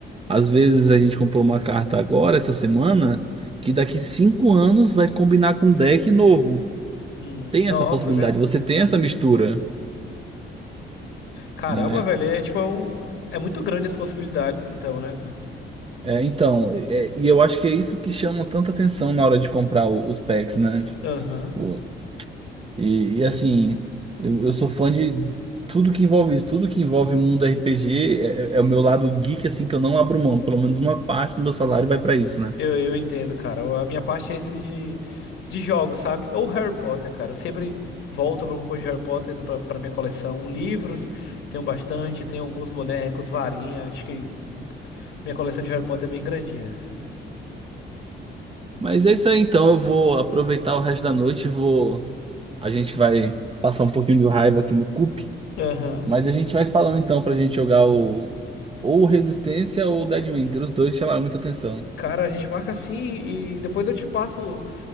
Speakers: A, on the right (about 30°); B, on the left (about 75°).
A: às vezes a gente comprou uma carta agora, essa semana, que daqui cinco anos vai combinar com um deck novo.
B: Hum,
A: Tem
B: Nossa,
A: essa possibilidade,
B: velho.
A: você tem essa
B: Sim,
A: mistura,
B: sim. Caramba,
A: né?
B: velho, é tipo é um. É muito grande as possibilidades, então, né, cara?
A: É, então, é- e eu acho que é isso que chama tanta atenção na hora de comprar o- os packs, né?
B: Aham.
A: Pô, E, e, assim, eu, eu sou fã de tudo que envolve isso, tudo que envolve o mundo RPG é, é- é o meu lado geek, assim, que eu não abro mão. Pelo menos uma parte do meu salário vai pra isso, né?
B: Eu, eu entendo, cara. A minha parte é esse de, de jogos, sabe? Ou Harry Potter, cara. Eu sempre volto pra alguma coisa de Harry Potter pra, pra minha coleção. Livros, tenho bastante, tenho alguns bonecos, varinha. Acho que minha coleção de Harry Potter é bem grandinha.
A: Mas é isso aí, então. Eu vou aproveitar o resto da noite. e Vou... A gente vai passar um pouquinho de raiva aqui no CUP.
B: Aham.
A: Mas a gente vai se falando então pra gente jogar o. Ou Resistência ou Dead Winter. Os dois chamaram muita atenção.
B: Cara, a gente marca assim e depois eu te passo